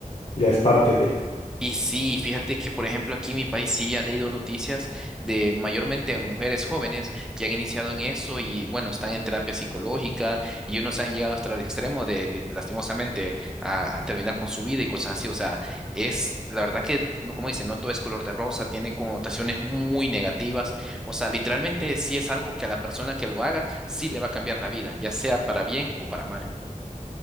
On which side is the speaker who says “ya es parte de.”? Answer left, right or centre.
Left